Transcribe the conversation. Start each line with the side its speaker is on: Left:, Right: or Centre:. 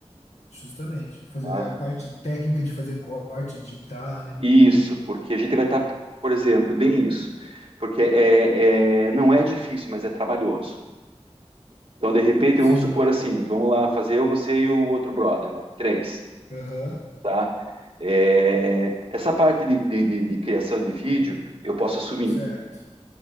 Left: Justamente. Fazer
Right: tá?
Left: a parte técnica de fazer corte, editar, né?
Right: E Isso, porque a gente vai estar, por exemplo, bem isso, porque é, é- não é difícil, mas é trabalhoso. Então, de repente,
Left: Sim.
Right: vamos supor assim, vamos lá fazer eu, você e o outro brother lá, três,
Left: Aham.
Right: tá? É, essa parte de, de- de- de criação de vídeo eu posso assumir.
Left: Certo,